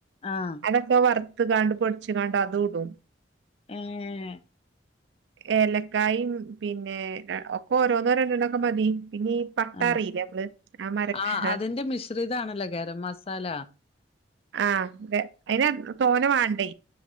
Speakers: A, on the left (about 30°); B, on the right (about 65°).
A: ആഹ്
B: അതൊക്കെ വറുത്ത്കാണ്ട് പൊടിച്ച്കാണ്ട് അതു ഇടും
A: ഏഹ്
B: ഏലക്കായും പിന്നേ ഒക്കെ ഓരോന്നോ രണ്ടെണ്ണൊക്കെ മതി പിന്നെ ഈ പട്ടാറീലെ
A: ആഹ്
B: മ്മള് ആ മരക്കഷ്
A: ആഹ് അതിന്റെ മിശ്രിതാണല്ലോ ഗരം മസാല
B: ആഹ് അതെ അയിന് തോനെ വാണ്ടെ